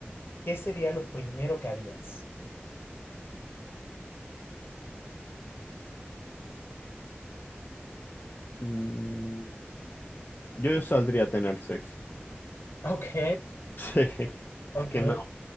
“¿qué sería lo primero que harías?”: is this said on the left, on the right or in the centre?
Left